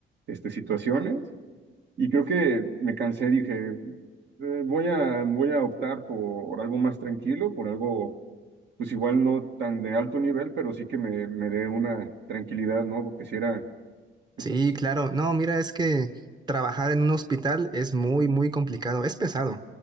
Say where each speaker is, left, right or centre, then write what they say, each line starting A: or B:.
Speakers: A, on the right (about 65°); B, on the right (about 20°).
A: este, situaciones. Y creo que me cansé, dije, eh, voy a, voy a optar por algo más tranquilo, por algo, pues igual no tan de alto nivel, pero sí que me, me dé una tranquilidad, ¿no? Porque si era... esta-
B: Sí, claro. No, mira, es que trabajar en un hospital es muy, muy complicado, es pesado.